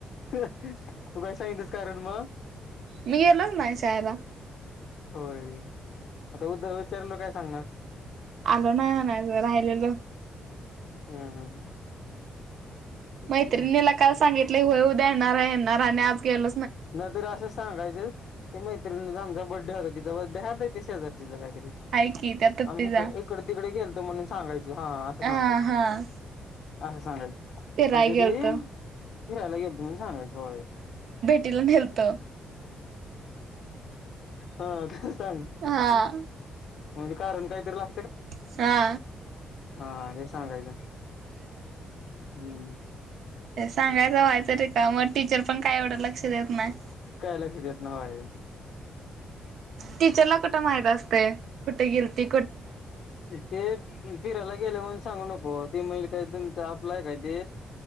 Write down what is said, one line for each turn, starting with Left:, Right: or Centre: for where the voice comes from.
Left: तू काय सांगितस कारण म.
Right: मी गेलोच नाही शायला
Left: होय आता उद्या विचारल काय सांगणार?
Right: आलो नाही अजून राहिलेलं
Left: हम्म हम्म
Right: मैत्रिणीला काल सांगितलं होय उद्या येणार येणार आणि आज गेल.
Left: नाहीत असं सांगायचं ते मैत्रिणीचा आमचा बड्डे होता तिचा बडे हरता तसशेजार तिचा काही तरी
Right: हाय की त्या तप्पीचा
Left: आम्ही इकडे तिकडे गेलतो म्हणून सांगायचं हा असं
Right: हा
Left: सांगायचं!
Right: हा
Left: असं सांगायचं?
Right: फिराय
Left: आमच्या
Right: गेलतो
Left: ते फिरायला गेलतो दोन सांगाच होय?
Right: तीला नलत
Left: हा ते सांग
Right: हा
Left: म्हज कारण काही तला
Right: सहा
Left: हा हे सांगायचं हम्म.
Right: ते सांगायचं व्हायचं रे का मग टीचर पण काय एवढं लक्ष देत नाही-
Left: काय लक्ष देत नाही
Right: टीचरला कुठं माहित असत. कुठे गेल्ती
Left: ते फिरायला गेलं म्हणून सांगू नको. हो ते म्ह काय तुमच आपलाय काय ते